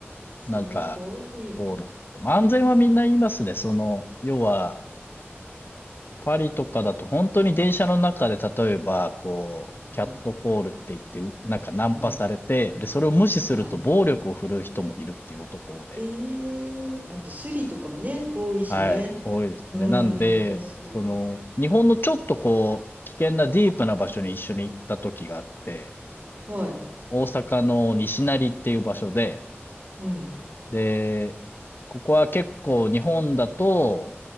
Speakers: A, on the right (about 40°); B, on the left (about 50°).
A: すごい。
B: なんか、そうなんですよ。まあ、安全はみんな言いますね。その、要は、パリとかだと本当に電車の中で例えば、こう、キャットコールって言って、
A: うん。
B: うなんかナンパされて、
A: うん。
B: で、それを無視すると暴力を振るう人もいるっていう男で。
A: はい。ええ、あとスリとかもね、多いしね。
B: はい、多いですね。
A: う
B: なんで、
A: ん、確かに。
B: その、日本のちょっとこう、危険なディープな場所に一緒に行った時があって、
A: はい。
B: 大阪の西成っていう場所で、
A: うん。
B: で、ここは結構日本だと、